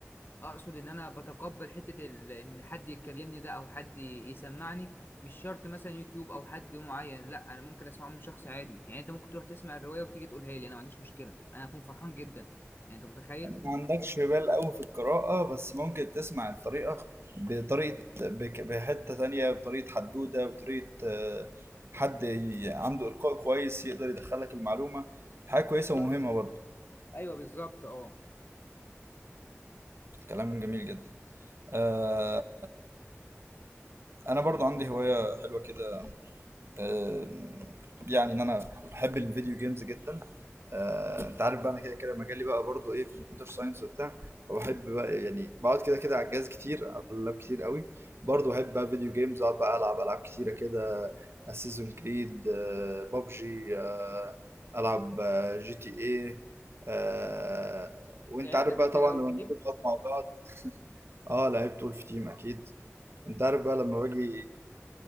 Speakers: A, on the left; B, on the right.
A: اقصد ان انا بتقبل حتة ال... ان حد يكلمني ده او حد يسمعني مش شرط مثلا يوتيوب او حد معين لا انا ممكن اسمعه من شخص عادي يعني انت ممكن تروح تسمع الرواية وتيجي تقولها لي انا ما عنديش مشكلة انا هكون فرحان جدا يعني انت متخيل
B: ما عندكش بال قوي في القراءة بس ممكن تسمع الطريقة بطريقة بك- بحتة تانية بطريقة حدودة بطريقة آه، حد ي- عنده إلقاء كويس يقدر يدخلك المعلومة حاجة كويسة
A: بالظبط
B: ومهمة برضه
A: ايوه بالظبط اه
B: كلام جميل جدا آه، أنا برضه عندي هواية حلوة كده آه، يعني ان انا بحب الفيديو جيمز جدا آه، انت عارف بقى انا كده كده مجالي بقى برضو ايه كمبيوتر ساينس وبتاع فبحب بقى يعني بقعد كده كده على الجهاز كتير على اللاب كتير قوي برضو بحب بقى فيديو جيمز اقعد بقى العب العاب كتيره كده اساسن كريد بابجي العب آه، جي تي ايه آه، وانت
A: لعبت
B: عارف
A: قبل
B: بقى
A: كده
B: طبعا
A: ولف
B: لما
A: تيم
B: بنيجي نقعد مع بعض اه لعبت ولف تيم اكيد انت
A: اكيد
B: عارف بقى لما باجي